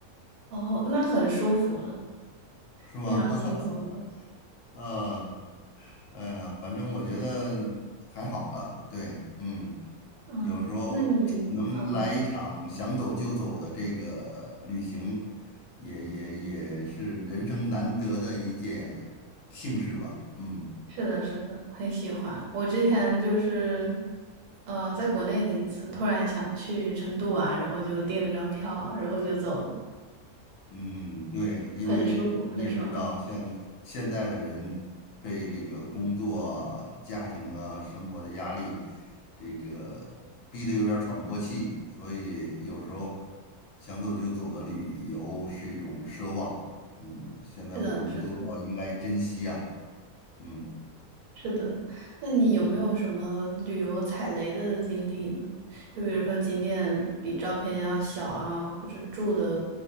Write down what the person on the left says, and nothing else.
是吗？
<laughs> 啊，哎呀，反正我觉得还好了。对，嗯，
有时候
能来一场想走就走的这个旅行，也也也是人生难得的一件幸事吧。嗯。
嗯，对，因为你也知道，
像现代的人被这个工作啊家庭啊、生活的压力，这个逼得有点儿喘不过气，所以有时候想走就走的旅游是一种奢望。嗯，现在我们能做到，
应该珍惜啊。嗯
嗯，